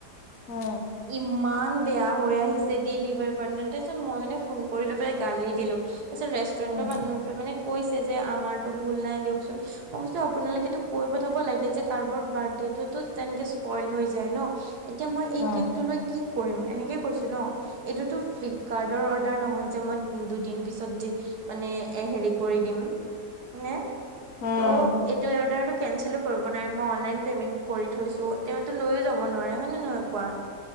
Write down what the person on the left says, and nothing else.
অ,
উম
উম
উম